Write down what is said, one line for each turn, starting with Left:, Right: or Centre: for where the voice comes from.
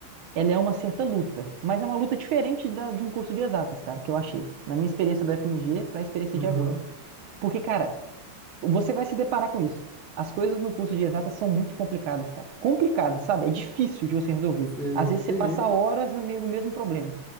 Right: ela é uma certa luta, mas é uma luta diferente da, de um curso de exatas, cara, que eu achei, na minha experiência da FMG para a experiência
Centre: Uhum.
Right: de agora. Porque, cara, você vai se deparar com isso. As coisas no curso de exatas são muito complicadas, cara. Complicadas, sabe? É difícil de você resolver.
Centre: Sim,
Right: Às
Centre: entendi.
Right: vezes você passa horas no mesmo, no mesmo problema.